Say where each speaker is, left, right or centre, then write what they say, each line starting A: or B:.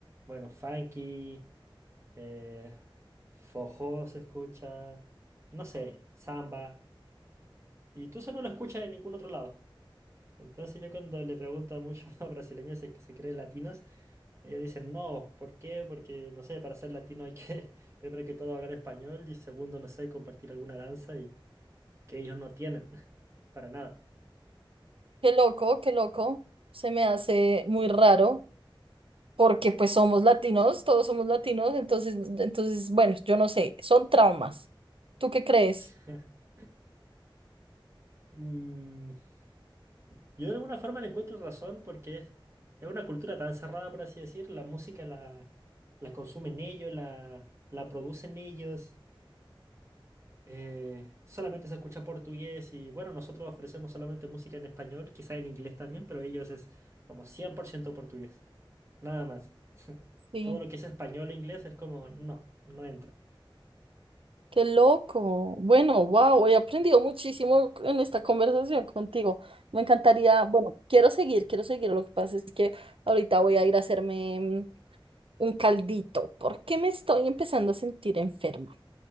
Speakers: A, on the right (about 30°); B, on the right (about 80°).
A: bueno, funky, eh, forró se escucha, no sé, samba. Y tú eso no lo escuchas en ningún otro lado. Entonces yo cuando le pregunto a muchos <laughs> brasileños si es que se creen latinos, ellos dicen, no, ¿por qué? Porque, no sé, para ser latino hay que, <laughs> primero que todo, hablar español y segundo, no sé, compartir alguna danza y que ellos no tienen, <laughs> para nada.
B: qué loco, qué loco, se me hace muy raro, porque pues somos latinos, todos somos latinos, entonces, entonces, bueno, yo no sé, son traumas. ¿Tú qué crees?
A: <laughs> Mm, yo de alguna forma le encuentro razón porque es, es una cultura tan cerrada, por así decir, la música la, la consumen ellos, la, la producen ellos. Eh, solamente se escucha portugués y bueno, nosotros ofrecemos solamente música en español, quizá en inglés también, pero ellos es como 100% portugués, nada más. <laughs>
B: Sí,
A: Todo lo que es español e inglés es como, no, no entra.
B: qué loco. Bueno, wow, he aprendido muchísimo en esta conversación contigo. Me encantaría, bueno, quiero seguir, quiero seguir. Lo que pasa es que ahorita voy a ir a hacerme mm, un caldito, porque me estoy empezando a sentir enferma.